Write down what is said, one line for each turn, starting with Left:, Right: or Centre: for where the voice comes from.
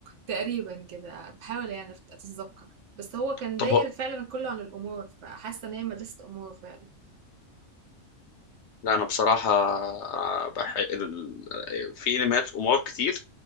Right: تقريبا كده بحاول يعني أفت- اتذكر بس هو كان
Left: طب
Right: داير
Left: هو...
Right: فعلا كله عن القمار فحاسه ان هي مدرسه قمار فعلا
Left: لا انا بصراحه بح... ال- في انميات قمار كتير